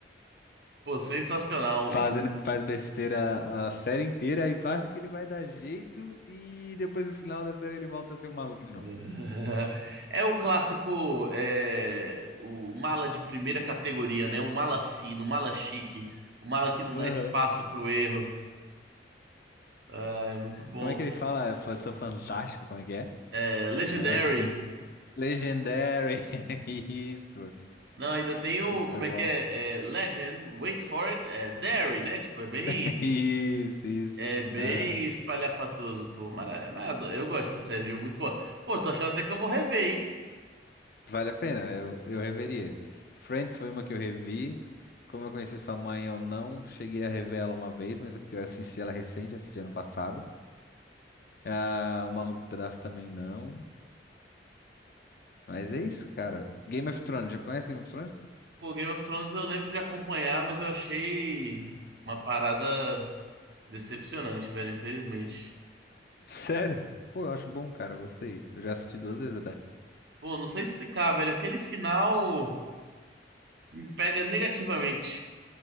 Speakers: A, on the right (about 70°); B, on the left (about 55°).
A: Pô, sensacional.
B: Fazendo, faz besteira a série inteira, aí tu acha que ele vai dar jeito e depois no final da série ele volta a ser um maluco de novo.
A: <laughs> É o clássico, é, o mala de primeira categoria, né? O mala fino, o mala chique, o mala que não
B: Aham.
A: dá espaço pro erro. Ah, É muito bom.
B: Como é que ele fala? Eu sou fantástico, como é que é?
A: É, Legendary.
B: Um negócio assim. Legendary. <laughs> Isso.
A: Não, ainda tem o,
B: Muito
A: como é
B: bom.
A: que é? É, Legend, wait for it, é Dairy, né? Tipo, é bem,
B: <laughs> Isso, isso.
A: é bem
B: Aham.
A: espalhafatoso, pô. Mara- mas eu gosto dessa série, viu? Muito boa. Pô, tô achando até que eu vou rever, hein?
B: Vale a pena, eu, eu reveria. Friends foi uma que eu revi. Como eu conheci sua mãe, eu não cheguei a rever ela uma vez, mas é porque eu assisti ela recente, assisti ano passado. Ah, O Maluco no Pedaço também não. Mas é isso, cara. Game of Thrones, já conhece Game of Thrones?
A: Pô, Game of Thrones eu lembro de acompanhar, mas eu achei uma parada Decepcionante, velho, infelizmente.
B: <laughs> Sério? Pô, eu acho bom, cara, eu gostei. Eu já assisti duas vezes até.
A: Pô, não sei explicar, velho. Aquele final me pega negativamente.